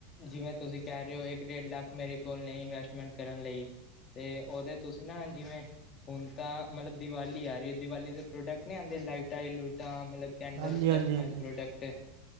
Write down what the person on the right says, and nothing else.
ਹਾਂਜੀ
ਹਾਂਜੀ ਹਾਂਜੀ